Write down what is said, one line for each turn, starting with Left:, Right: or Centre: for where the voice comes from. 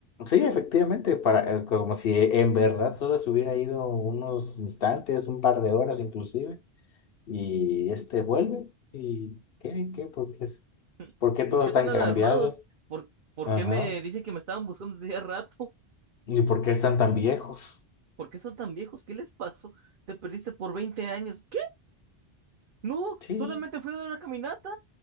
Left: Sí, efectivamente, para, eh, como si en verdad solo se hubiera ido unos instantes, un par de horas inclusive, y este vuelve, y ¿qué? ¿Qué? Porque es...
Right: <laughs>
Left: ¿Por qué todo
Right: ¿Por qué están
Left: tan
Right: alarmados?
Left: cambiado?
Right: ¿Por, por
Left: Ajá.
Right: qué me dicen que me estaban buscando desde hace rato?
Left: ¿Y por qué están tan viejos?
Right: <laughs> ¿Por qué están tan viejos? ¿Qué les pasó? Te perdiste por 20 años. ¿Qué? No,
Left: Sí.
Right: solamente fui a dar una caminata